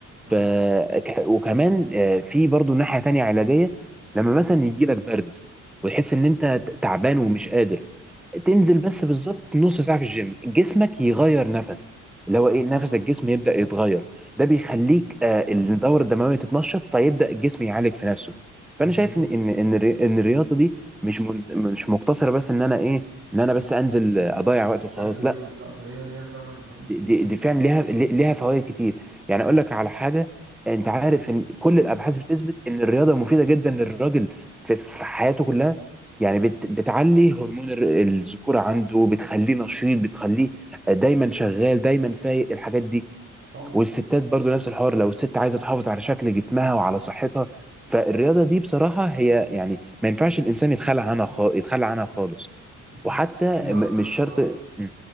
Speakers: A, on the right (about 45°); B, in the centre.
A: أه
B: ف ك- وكمان آه، في برضو ناحيه تانية علاجيه لما مثلا يجي لك برد وتحس ان انت تعبان ومش قادر تنزل بس بالظبط نص ساعة في الجيم جسمك يغير نفس اللي
A: بالظبط
B: هو ايه نفس الجسم يبدأ يتغير ده بيخليك آه، الدورة الدموية تتنشط فيبدأ الجسم يعالج في نفسه فأنا
A: آه، بالظبط
B: شايف إن إن إن الري- إن الرياضة دي مش من- مش مقتصرة بس إن أنا إيه إن أنا بس أنزل آه، أضيع وقت وخلاص
A: تأدي واجب
B: لا
A: لا ده هي ليها فعلا جوانب
B: دي
A: كتير
B: دي
A: جدا
B: دي فعلا ليها ليها فوائد كتير يعني
A: م.
B: اقول لك على حاجه انت عارف ان كل الابحاث بتثبت ان الرياضه مفيده جدا للراجل في في حياته كلها يعني بت بتعلي هرمون الر- الذكوره عنده بتخليه نشيط بتخليه دايما شغال دايما فايق الحاجات دي
A: طبعا
B: والستات برضو نفس الحوار لو الست عايزه تحافظ على شكل جسمها وعلى صحتها فالرياضه دي بصراحه هي يعني ما ينفعش الانسان يتخلى عنها خ... يتخلى عنها خالص
A: أكيد
B: وحتى
A: ممكن بقى
B: م-
A: أسألك
B: مش شرط
A: سؤال
B: م-